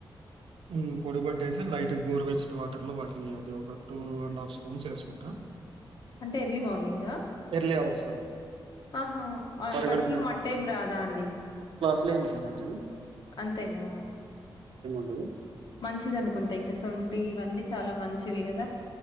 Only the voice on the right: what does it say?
ఉహ్ పొడిబట్టేసి లైట్ ట్ గోరువెచ్చట్ వాటర్ లో వాటిని అది ఒక టూ అండ్ హాఫ్ స్పూన్స్ వేసుకుంటా.
ఎర్లీ అవర్స్
పరిగడుపున
ట్లెంమ్ ఉండదండి
డదు